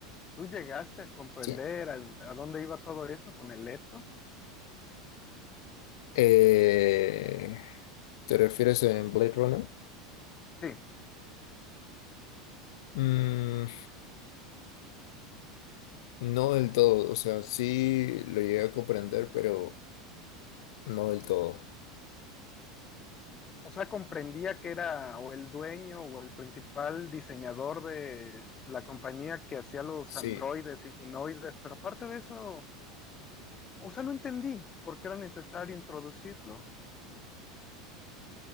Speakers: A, on the left; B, on the left.
A: ¿tú llegaste a comprender
B: Sí.
A: a, a dónde iba todo eso con el Leto?
B: Eh, ¿Te refieres en Blade Runner?
A: Sí,
B: Mm, no del todo, o sea, sí lo llegué a comprender, pero no del todo.
A: o sea, comprendía que era o el dueño o el principal diseñador de la compañía que hacía los
B: Sí.
A: androides y ginoides, pero aparte de eso, o sea, no entendí por qué era necesario introducirlo.